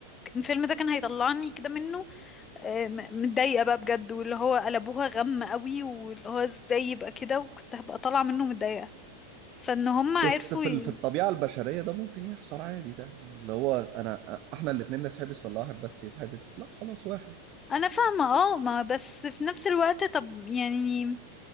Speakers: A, on the left; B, on the right.
A: الفيلم ده كان هيطلعني كده منه آه، م- متضايقه بقى بجد واللي هو قلبوها غم قوي واللي هو ازاي يبقى كده وكنت هبقى طالعه منه متضايقه فان هم عرفوا
B: بس في
A: ي...
B: ال- في الطبيعة البشرية ده ممكن يحصل عادي ده يعني اللي هو أنا أ- إحنا الاتنين نتحبس ولا واحد بس يتحبس لا خلاص واحد
A: انا فاهمه اه ما بس في نفس الوقت طب يعني